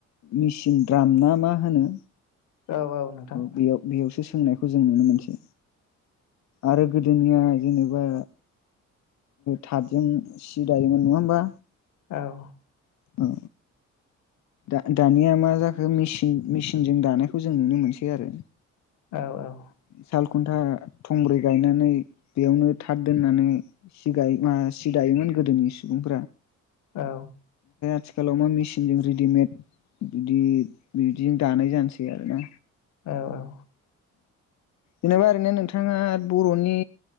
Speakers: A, on the left (about 65°); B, on the left (about 85°).
A: मेसिन द्राम ना मा होनो
B: औ औ नोंथां
A: बेयाव बेयावसो सोंनायखौ जों नुनो मोनसै आरो गोदोनिया जेनेबा थाथजों सि दायोमोन नङा होमबा
B: औ
A: औ दा दानिया मा जाखो मसिन मेचिनजों दानायखौ जों नुनो मोनसै आरो
B: औ
A: सालखुन्था थंब्रै गायनानै बेयावनो थाथ दोननानै सि गाय मा सि दायोमोन गोदोनि सुबुंफ
B: औ
A: आथिखालाव मा मेसिनजों रेडिमेड बिदि बिदिजों दानाय जानोसै आरोना
B: औ औ
A: जेनेबा ओरैनो नोंथाङा बर'नि